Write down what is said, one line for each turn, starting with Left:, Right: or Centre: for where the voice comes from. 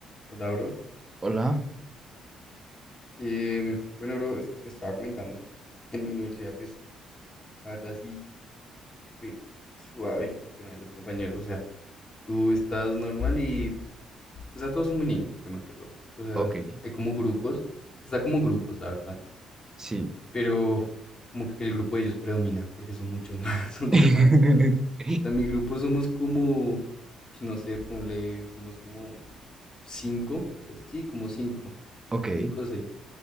Left: Hola, bro.
Right: Hola,
Left: Em, bueno, bro, es que te estaba comentando que en mi universidad, pues, la verdad sí te suave el tema de los compañeros. O sea, tú estás normal y, o sea, todos son muy niños, primero que todo. O sea,
Right: ok,
Left: hay como grupos, está como grupos, la verdad.
Right: sí.
Left: Pero como que el grupo de ellos predomina, porque son muchos <laughs> más, son
Right: <laughs>
Left: demasiados. O sea, mi grupo somos como, no sé, ponle, somos como cinco, no sé, sí, como cinco,
Right: Ok,
Left: cinco o seis.